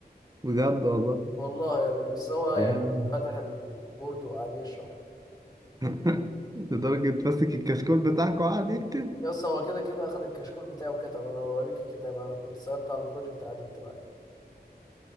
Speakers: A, on the right; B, on the left.
A: بجد والله
B: والله يا ابني بس هو يعني
A: يعني
B: فتح البورد وقعد يشرح
A: <laughs> لدرجة ماسك الكشكول بتاعك وقعد يكتب
B: يا اسطى هو كده كده اخد الكشكول بتاعه وكتب انا بوريك الكتاب انا كنت سألت على البروجكت قعد يكتب عليه